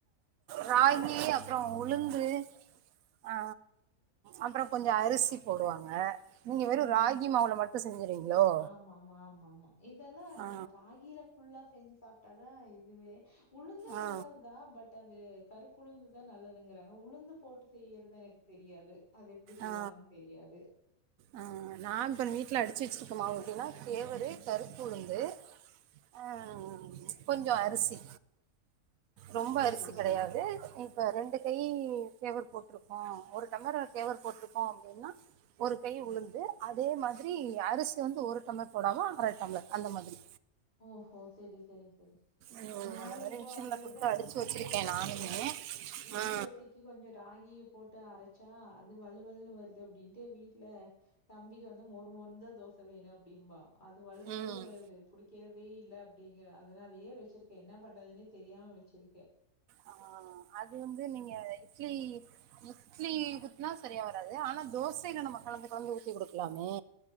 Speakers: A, on the right; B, on the left.
A: ராகி அப்றோ உளுந்து ஆ அப்றோ கொஞ்ச அரிசி போடுவாங்க நீங்க வெறும்
B: ஆஹ்ஹா
A: ராகி மாவுல மட்டும் செஞ்சுறீங்களோ
B: ஆமா ஆமா ஆமா ஆமா இதெல்லா
A: ஆ
B: ராகில ஃபுல்லா செஞ்சு சாப்ட்டா தா இதுவே உளுந்தும்
A: ஆ
B: நல்லதுதா பட் அது கருப்புளுந்துதா நல்லதுங்கிறாங்க உளுந்து போட்டு செய்யறது எனக்கு தெரியாது அது எப்டி செய்வாங்கன்னு
A: ஆ
B: தெரியாது
A: ஆ நான் இப்ப மீட்டுல அடிச்சு வச்சிருக்க மாவு எப்டின்னா கேவரு கருப்புளுந்து ஆ கொஞ்சோ அரிசி ரொம்ப
B: சரி,
A: அரிசி
B: சரி,
A: கெடையாது
B: சரி.
A: ம் இப்ப ரெண்டு கை கேவர் போட்ருக்கோ ஒரு டம்ளர் கேவர் போட்ருக்கோ அப்டின்னா ஒரு கை உளுந்து அதே மாதிரி அரிசி வந்து ஒரு டம்ளர் போடாம அர டம்ளர் அந்த மாதிரி
B: ஓஹோ செரி செரி செரி
A: ம்
B: நா
A: அந்த மாரி
B: இப்போ
A: மிஷின்ல
B: அப்டிதா
A: குடுத்து அடிச்சு
B: இட்லி
A: வச்சிருக்கே
B: தோசக்கீ
A: நானுமே
B: இட்லி
A: ஆ
B: தோசக்கி கி கொஞ்சோ ராகிய போட் ட்டு அரச்சா அது வழு வழுன்னு வருது அப்டின்ட்டு வீட்டுல தம்பிக்கு வந்து மொறுமொறுந்தா தோச வேணு அப்டிம்பா அது வழுவழுன்னு
A: ம்
B: வருது புடிக்கிறதே இல்ல அப்டிங்கற அதனாலயே வெச் சுருக்கே என்ன பண்றதுன்னே தெரியாம வச்சிருக்கே
A: ஆ அது வந்து நீங்க இட்லி இட்லியிதுக்னா சரியா வராது ஆனா தோசையில நம்ம கலந்து கலந்து ஊத்தி குடுக்கலாமே